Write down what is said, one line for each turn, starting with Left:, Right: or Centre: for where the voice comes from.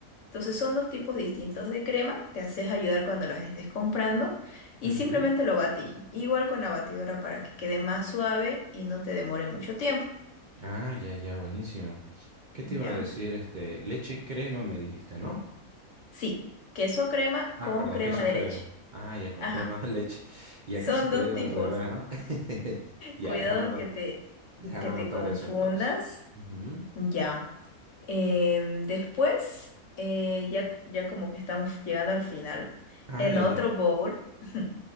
Left: Entonces son dos tipos distintos de crema, te haces ayudar cuando las estés comprando y
Right: ujú.
Left: simplemente lo batís, igual con la batidora para que quede más suave y no te demore mucho tiempo,
Right: Ah, ya, ya, buenísimo. ¿Qué te
Left: ¿ya?
Right: iba a decir? Este, leche crema me dijiste, ¿no?
Left: Sí, queso crema
Right: Ah,
Left: con
Right: perdón,
Left: crema
Right: queso
Left: de
Right: crema.
Left: leche.
Right: Ah, ya con
Left: Ajá,
Right: crema de leche. <laughs> Ya
Left: son
Right: casi te
Left: dos
Right: digo
Left: tipos.
Right: al revés, ¿no? <laughs> Ya,
Left: Cuidado
Right: déjame ano-
Left: que te,
Right: déjame
Left: que te
Right: anotar
Left: confundas.
Right: eso entonces. Ujú.
Left: Ya. Em, después, eh, ya, ya como que estamos llegando al final.
Right: Ah,
Left: En
Right: ya,
Left: otro
Right: ya.
Left: bowl <laughs>